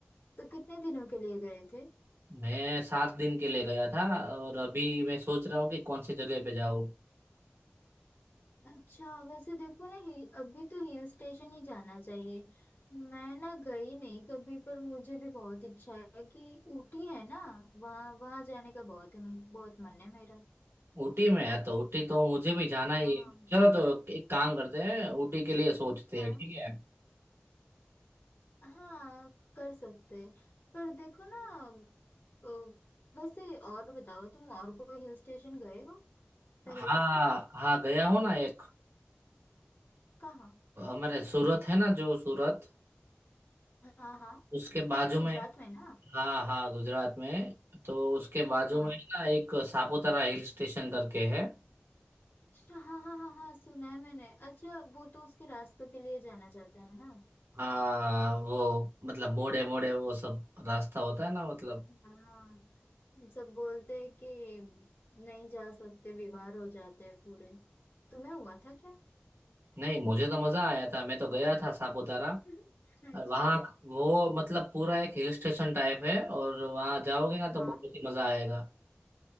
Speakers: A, on the left; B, on the right.
A: तो कितने दिनों के लिए गए थे
B: मैं सात दिन के लिए गया था और अभी मैं सोच रहा हूँ कि कौन सी जगह पे जाऊँ
A: अच्छा वैसे देखो ना हिल अभी तो हिल स्टेशन ही जाना चाहिए मैं ना गई नहीं कभी पर मुझे भी बहुत इच्छा है कि ऊटी है ना वहाँ वहाँ जाने का बहुत बहुत मन है मेरा
B: ऊटी में है तो ऊटी तो मुझे भी जाना ही
A: हाँ
B: है चलो तो एक काम करते हैं ऊटी के लिए सोचते
A: हाँ
B: हैं ठीक है
A: हाँ कर सकते हैं पर देखो ना अ, वैसे और बताओ तुम और कोई हिल स्टेशन गए हो पहले
B: हाँ
A: कभी
B: हाँ गया हो ना एक
A: कहाँ
B: हमारे सूरत है ना जो सूरत
A: हाँ हाँ
B: उसके बाजू
A: गुजरात
B: में
A: में ना
B: हाँ हाँ गुजरात में तो उसके बाजू
A: हाँ
B: में ना एक सापुतारा हिल स्टेशन करके है
A: अच्छा हाँ हाँ हाँ हाँ सुना है मैंने अच्छा वो तो उसके रास्तों के लिए जाना चाहता है ना
B: हाँ वो मतलब मोड़े मोड़े वो सब रास्ता होता है ना मतलब
A: हाँ सब बोलते हैं कि नहीं जा सकते बीमार हो जाते हैं पूरे तुम्हें हुआ था क्या
B: नहीं मुझे तो मजा आया था मैं तो गया था सापुतारा
A: <laughs> अच्छा
B: वहाँ वो मतलब पूरा एक हिल स्टेशन टाइप है और वहाँ जाओगे ना
A: हाँ
B: तो बहुत ही मजा आएगा